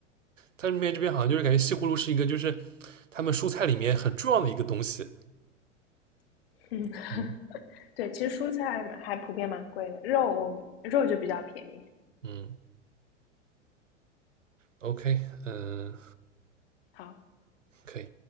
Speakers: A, on the right (about 80°); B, on the left (about 50°).
A: 他是那这边好像就是感觉西葫芦是一个就是他们蔬菜里面很重要的一个东西。
B: <laughs> 嗯，
A: 嗯
B: 对，其实蔬菜嘛还普遍蛮贵的，肉我肉就比较便宜。
A: 嗯，OK，嗯，
B: 好，
A: 可以。